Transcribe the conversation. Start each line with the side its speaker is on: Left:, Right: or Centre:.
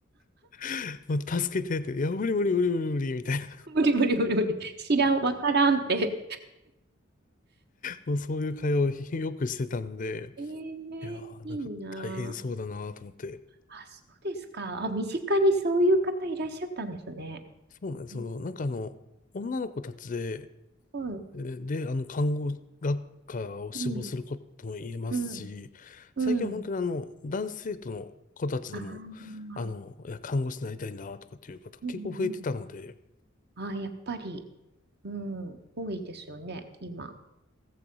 Left: <laughs> もう助けてって、いや、無理無理無理無理無理みたいな、
Right: <laughs> 無理無理無理無理。知らん、わからんって。
Left: もうそういう会話をよくしてたので、
Right: ええいいな
Left: いやー、なんか大変そうだなと思って。
Right: あ。あ、そうですか。あ、身近にそういう方いらっしゃったんですね。
Left: そうなんです。
Right: え
Left: その、なんかあの、女の子たちで、
Right: うん、
Left: で、であの、看護学科を志望することも言えますし、
Right: うん、うん、うん。
Left: 最近本当にあの、男子生徒の子たちでも、
Right: ああ、
Left: あの、いや、看護師になりたいんだとかっていう方結構増えてたので、
Right: うん、うん、うん。ああ、やっぱり、うん、多いですよね、今。